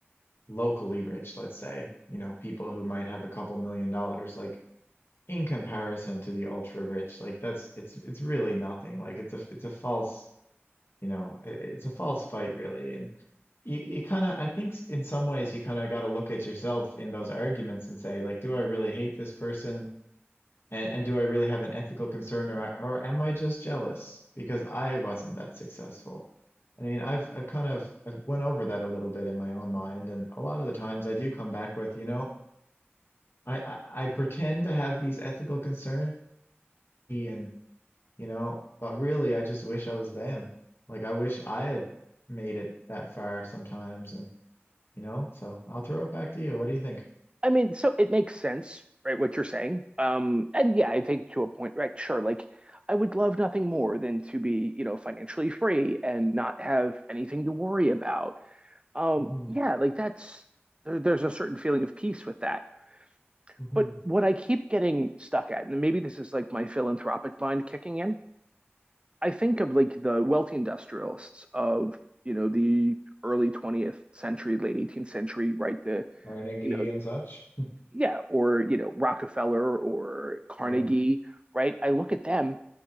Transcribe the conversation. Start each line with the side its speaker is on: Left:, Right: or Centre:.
Left: locally rich, let's say, you know, people who might have a couple million dollars, like in comparison to the ultra rich, like that's it's it's really nothing. Like it's a it's a false, you know, i- it's a false fight really. And you you kind of I think s- in some ways you kind of got to look at yourself in those arguments and say like, do I really hate this person? And and do I really have an ethical concern or I- or am I just jealous because I wasn't that successful? I mean, I've I've kind of I've went over that a little bit in my own mind, and a lot of the times I do come back with, you know, I I, I pretend to have these ethical concerns and you know, but really I just wish I was them. Like I wish I had made it that far sometimes and you know, so I'll throw it back to you. What do you think?
Right: I mean, so it makes sense, right, what you're saying. Um, and yeah, I think to a point, right, sure, like I would love nothing more than to be, you know, financially free and not have anything to worry about um
Left: hmm
Right: yeah like that's there, there's a certain feeling of peace with that
Left: hmm
Right: but what i keep getting stuck at and maybe this is like my philanthropic mind kicking in i think of like the wealthy industrialists of you know the early 20th century late 18th century right the
Left: Carnegie
Right: you know
Left: and such.
Right: yeah or you know rockefeller or carnegie
Left: Yeah.
Right: right i look at them